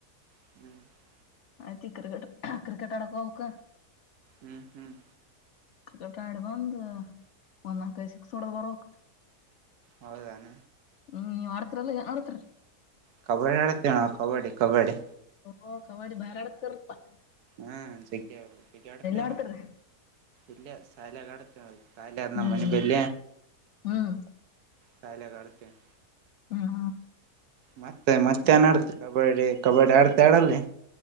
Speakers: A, on the right (about 80°); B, on the left (about 60°).
A: <inaudible>
B: ಆಯತಿ ಇಗ್ ಕ್ರಟ್ ಕ್ರಿಕಟ್ ಅಡಕ್ಕ ಹೋಗ್ಬೇಕ್
A: ಹ್ಮ್ ಹ್ಮ್
B: ಕ್ರಿಕೆಟ್ ಆಡಿ ಬಂದ ಒಂದ ನಾಕ್ ಐದ್ ಸಿಕ್ಸ್ ಹೊಡ್ದ ಬರ್ಬೇಕು
A: ಹೌದಾನ
B: ಹ್ಮ್ ನೀವ ಆಡ್ತರಲ್ಲ ಏನ್ ಆಡ್ತರಿ
A: ಕಬಡ್ಡಿ ಆಡತಿವ್ ನಾವ್ ಕಬಡ್ಡಿ ಕಬಡ್ಡಿ
B: ಓ ಕಬಡ್ಡಿ ಬಾರಿ ಆಡ್ತಿರಪ್ಪಾ
A: ಹಾ ಚ ಇ ಅಡತನೋ
B: ಆಡ್ತಿರಿ
A: ಇಲ್ಲ ಸ್ಥಾಲ ಅಡತ <unintelligible> ತಾಲ ಇಂದ
B: ಹ್ಮ್
A: ಮನಿಪಲ್ಲ
B: ಹ್ಮ್
A: ತಾಲ ಕಡತ <unintelligible>
B: ಹಾ
A: ಮತ್ತೆ ಮತ್ತೆ ಏನ್ ಆಡ್ತ ಕಬಡ್ಡಿ ಕಬಡ್ಡಿ ಆಡ್ತ ಆಡಲ್ಲಿ